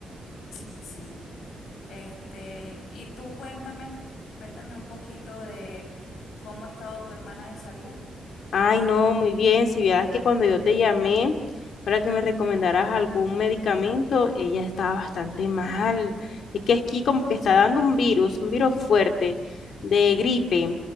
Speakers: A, on the left; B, on the left.
A: Sí, sí. Este, y tú cuéntame, cuéntame un poquito de cómo ha estado tu hermana de salud.
B: Ay, no, muy bien. Si vieras que cuando yo te llamé para que me recomendaras algún medicamento, ella estaba bastante mal. Es que aquí como que está dando un virus, un virus fuerte de gripe,